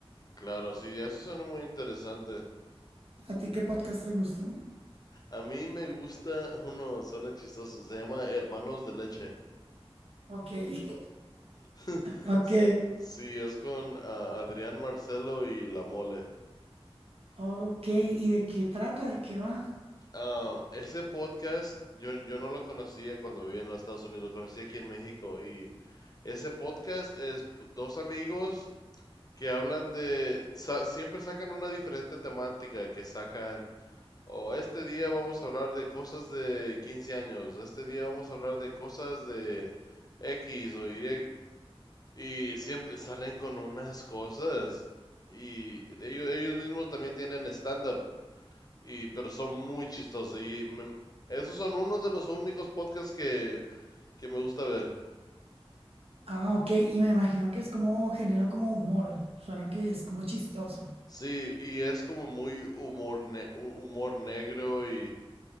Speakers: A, on the left; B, on the right.
A: Claro, sí, eso suena muy interesante.
B: ¿A ti qué podcast te gustan?
A: A mí me gusta uno, suena chistoso, se llama Hermanos de Leche.
B: Ok, <laughs>
A: <laughs>
B: ok,
A: Sí, sí, es con ah, Adrián Marcelo y La Mole.
B: ok. ¿Y de qué trata? ¿De qué va?
A: Um, ese podcast yo, yo no lo conocía cuando vivía en los Estados Unidos, lo conocí aquí en México y ese podcast es p- dos amigos que hablan de, sa- siempre sacan una diferente temática, que sacan, o este día vamos a hablar de cosas de 15 años, este día vamos a hablar de cosas de X o Y, y siempre salen con unas cosas, y ellos, ellos mismos también tienen stand-up, y, pero son muy chistosos, y me- esos son uno de los únicos podcasts que, que me gusta ver.
B: Ah, ok, y me imagino que es como género como humor, suena que es como chistoso.
A: Sí, y es como muy humor, ne- humor negro y...